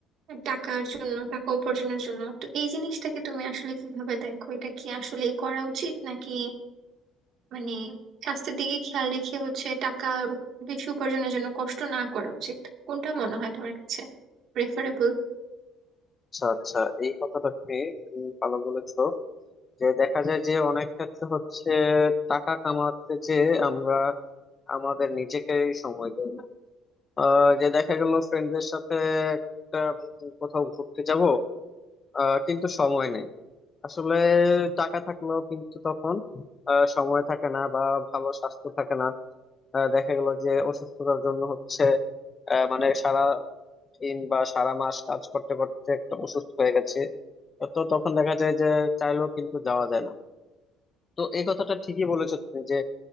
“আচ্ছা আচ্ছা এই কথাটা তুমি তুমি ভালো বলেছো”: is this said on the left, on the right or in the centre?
Left